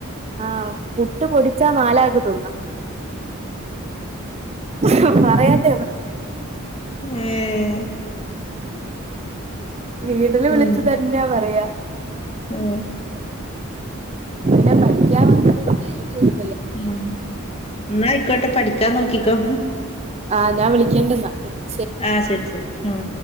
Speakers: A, on the right; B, on the left.
A: ആഹ് പുട്ട് പൊടി ച്ചാ നാലാക്ക് തിന്നാ ഹ് പറയാ <inaudible>
B: ഏഹ്
A: വീടില് വിളിച്ചു
B: ഉം
A: തന്നെ പറയാ
B: ഏഹ്
A: നെ പഠിക്കാൻ വന്നത് ഇന്റെ ഐഡിയര്ന്ന്
B: ഉം ഇന്നഅയിക്കോട്ടെ പഠിക്കാ നോക്കിക്കോ
A: ആ ഞാൻ വിളിക്കേണ്ട്ന്നാ പിന്നെ
B: അ ശരി ശരി ഉം